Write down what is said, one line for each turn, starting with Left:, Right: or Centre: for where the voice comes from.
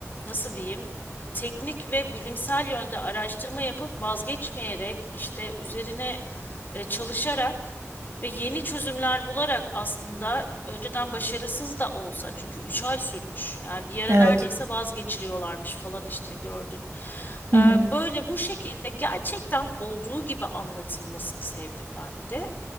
Left: nasıl diyeyim teknik ve bilimsel yönde araştırma yapıp vazgeçmeyerek işte üzerine e, çalışarak ve yeni çözümler bularak aslında önceden başarısız da olsa çünkü 3 ay sürmüş yani bir ara
Right: Evet.
Left: neredeyse vazgeçiriyorlarmış falan işte gördün.
Right: Hı
Left: E,
Right: hı.
Left: böyle bu şekilde gerçekten olduğu gibi anlatılmasını sevdim ben bir de.